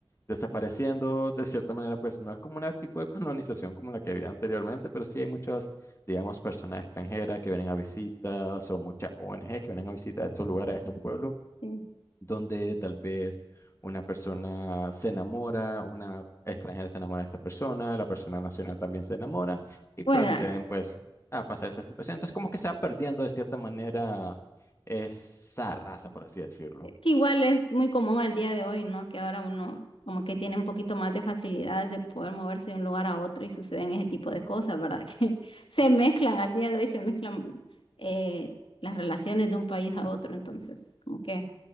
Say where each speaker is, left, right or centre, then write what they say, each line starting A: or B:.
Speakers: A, on the left (about 30°); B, on the left (about 75°).
A: desapareciendo. De cierta manera, pues no es como un tipo de <laughs> colonización como la que había anteriormente, pero sí hay muchas, digamos, personas extranjeras que vienen a visitas o muchas ONG que vienen a visitar a estos lugares, a estos pueblos
B: sí.
A: donde tal vez una persona se enamora, una extranjera se enamora de esta persona, la persona nacional también se enamora y
B: Bueno,
A: proceden pues a pasar esa situación. Entonces como que se va perdiendo de cierta manera esa raza, por así decirlo.
B: Que igual es muy común al día de hoy, ¿no? Que ahora uno como que tiene un poquito más de facilidad de poder moverse de un lugar a otro y suceden ese tipo de cosas, ¿verdad? <laughs> Que se mezclan al día de hoy, se mezclan eh, las relaciones de un país a otro, entonces como que